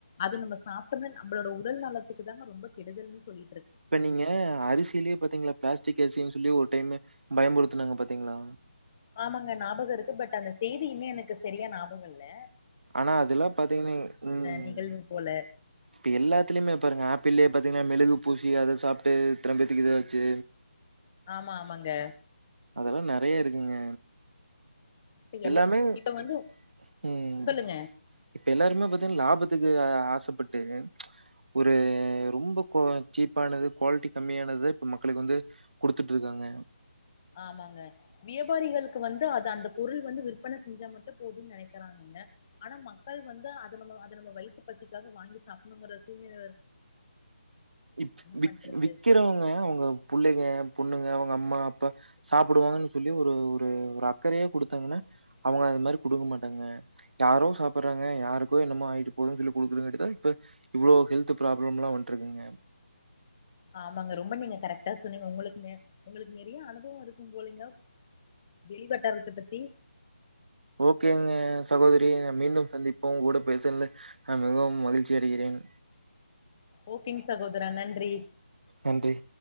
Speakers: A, on the left (about 25°); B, on the right (about 75°).
A: அது நம்ம சாப்பிட்ட உடனே நம்மளோட உடல் நலத்துக்கு தாங்க ரொம்ப கேடுதல் சொல்லி
B: இப்ப நீங்க அரிசியிலேயே பாத்தீங்களா பிளாஸ்டிக் அரிசி சொல்லி ஒரு டைமு பயம்முறுத்து நாங்க பாத்தீங்களா
A: ஆமாங்க ஞாபகம் இருக்கு பட் அந்த செய்தியுமே எனக்கு சரியா ஞாபகமில்ல
B: ஆனா அதெல்லா பாத்தீங்கன்னா உம்
A: நிகழ்வு போல
B: இப்ப எல்லாத்துலயுமே பாருங்க ஆப்பிளு பாத்தீங்கன்னா மெழுகு பூசி அத சாப்பிட்டு திரம்பேத்துக்கு இது ஆச்சி
A: ஆமா ஆமாங்க
B: அதெல்லா நெறைய இருக்குங்க
A: இப்ப
B: எல்லாமே
A: எல்லா
B: உஹம்
A: இப்ப வந்து சொல்லுங்க
B: இப்ப எல்லாருமே லாபத்துக்கு ஆசப்பட்டு ச் ஒரு ரொம்ப கோ சீப்பானது குவாலிட்டி கம்மியானது இப்ப மக்களுக்கு வந்து குடுத்துட்டு இருக்காங்க
A: ஆமாங்க வியாபாரிகளுக்கு வந்து அது அந்த பொருள் வந்து விற்பன செஞ்சா மட்டு போதும்னு நினைக்கிறாங்கங்க ஆனா மக்கள் வந்து அத நம்ம அத நம்ம வயிற்று பசிக்காக வாங்கி சாப்பிடணுங்கற சூழ்நிலை
B: விக் விக்
A: பண்றது
B: விக்கிறவங்க அவங்க புள்ளைங்க பொண்ணுங்க அவங்க அம்மா அப்பா சாப்பிடுவாங்கன்னு சொல்லி ஒரு ஒரு ஒரு அக்கறையே கொடுத்தாங்கன்னா அவங்க அந்த மாரி குடுக்கமாட்டாங்க யாரோ சாப்பிட்றாங்க யாருக்கோ என்னமோ ஆகிட்டு போதும்னு சொல்லி குடுக்கறகாட்டியும் தான இப்போ இவ்ளோ ஹெல்த் ப்ராப்ளமெல்லா வந்துட்டு இருக்குங்க
A: ஆமாங்க ரொம்ப நீங்க கரெக்டா சொன்னீங்க உங்களுக்கு உங்களுக்கு நெறைய அனுபவம் இருக்கும் போலிங்க வெளிவட்டாரத்த பத்தி
B: ஓகேங்க சகோதரி மீண்டும் சந்திப்போம் கூட பேசல நா மிகவும் மகிழ்ச்சி அடைகிறேன்
A: ஓகேங்க சகோதரா நன்றி
B: நன்றி.